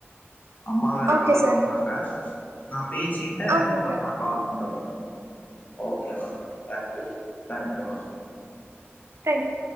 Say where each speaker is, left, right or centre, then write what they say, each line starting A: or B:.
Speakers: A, on the left; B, on the right.
A: அம்மா வேற
B: ஓகே
A: கால்
B: சார்
A: பண்றாங்க நா பேசிட்டு
B: ஓகே
A: உங்கள்க்கு
B: சார்
A: நா கால் பண்ற மேம் ஓகே மேம் தேங்க்யூ தேங்க்யூமா
B: தேங்க்யூ